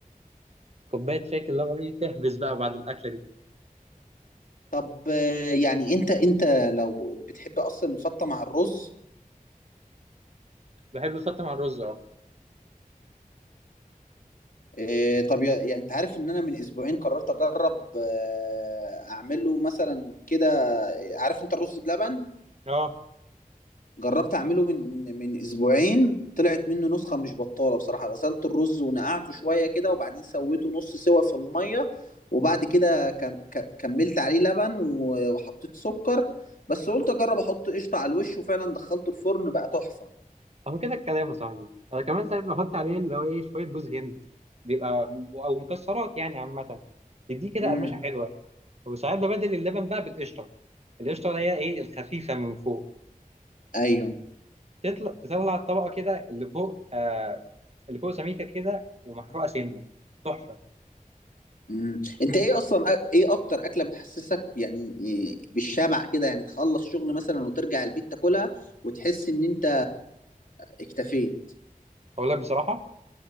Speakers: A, on the right; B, on the left.
A: كوبايه شاي كده، اللي هو ايه تحبس بقى بعد الاكله دي
B: طب آه، يعني انت انت لو بتحب اصلا الفته مع الرز
A: بحب احطها مع الرز اه
B: إيه طب يا- يعني انت عارف ان انا من اسبوعين قررت اجرب آه، اعمله مثلا كده عارف انت الرز بلبن
A: اه
B: جربت اعمله من من اسبوعين طلعت منه نسخة مش بطالة بصراحة غسلت الرز ونقعته شوية كده وبعدين سويته نص سوا في المية وبعد كده كم- ك- كملت عليه لبن و- وحطيت سكر بس قلت اجرب احط قشطة على الوش وفعلا دخلته الفرن بقى تحفة
A: اهو كده الكلام يا صاحبي انا كمان ساعات بحط عليه اللي هو ايه شويه جوز هند بيبقى او مكسرات يعني عامه تديه كده
B: امم
A: قرمشه حلوه وساعات ببدل اللبن بقى بالقشطه القشطه اللي هي ايه الخفيفه من فوق
B: ايوه
A: تطلع تطلع الطبقه كده اللي فوق آه اللي فوق سميكه كده ومحروقه سنه تحفه
B: مم. انت ايه اصلا أ- ايه اكتر اكله بتحسسك يعني بالشبع كده يعني تخلص شغل مثلا وترجع البيت تاكلها وتحس ان انت اكتفيت
A: اقول لك بصراحه